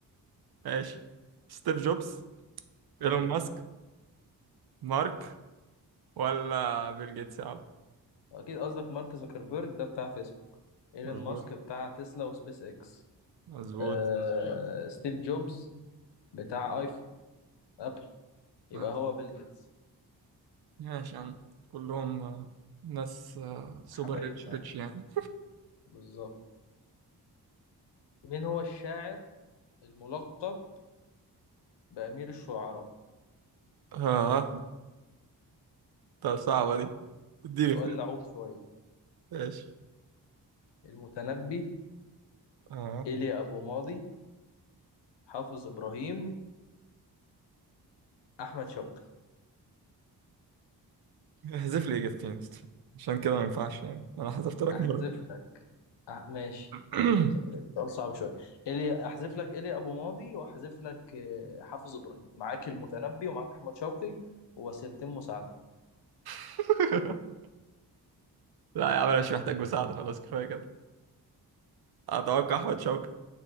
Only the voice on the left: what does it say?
<laughs> أيوة
أكيد قصدك مارك زوكربيرج ده بتاع فيسبوك إيلون
ماسك بتاع تسلا وسبيس إكس
آه... ستيف جوبز بتاع آيفون أبل يبقى
هو بيل جيتس
حبايبنا
يعني
بالظبط مين هو الشاعر الملقب بأمير الشعراء
سؤال
لعوب شوية
المتنبي
إيليا أبو ماضي حافظ إبراهيم أحمد شوقي
أحذف
لك أح... ماشي
آه، سؤال صعب شوية إيليا أحذف لك إيليا أبو ماضي وأحذف لك آه، حافظ إبراهيم معاك المتنبي ومعاك أحمد شوقي ووسيلتين مساعدة